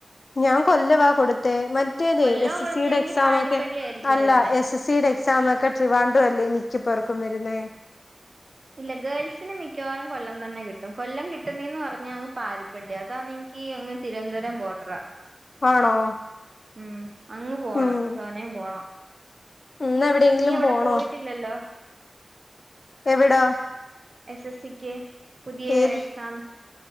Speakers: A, on the left; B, on the right.
A: ഞാ കൊല്ലവാ കൊടുത്തെ മ റ്റേത്
B: കൊല്ലോ
A: എസ്
B: കൊടുത്തെങ്കി
A: എസ് സിയുടെ എക്സാം
B: പാരിപ്പള്ളി
A: ഒക്കെ
B: ആയിരിക്കും
A: അല്ല
B: വരുന്നേ
A: എസ് എസ് സിയുടെ എക്സാം ക്കെ ട്രവാഡ്രല്ലേ മിക്ക പേർക്കും വരുന്നെ.
B: ഇല്ല ഗേൾസിന് മിക്ക്യവാറും കൊല്ലം തന്നെ കിട്ടും കൊല്ലം കിട്ടുന്നെന്ന് പറഞ്ഞാ അങ്ങ് പാരിപ്പള്ളി അതാ നിയ്ക്കി ങ്ങ് തിരുവനന്തപുരം ബോട്ടറ.
A: ആണോ.
B: ഉം അങ്ങ് പോണം
A: ഉം
B: തോനേം പോണം.
A: ഇന്ന് എവിടെയെങ്കിലും
B: നീ അവിടെ
A: പോണോ
B: പോയിട്ടില്ലല്ലോ.?
A: എവിടാ
B: എസ് എസ് സിക്ക് പുതിയ
A: ഏത്
B: എക്സാം.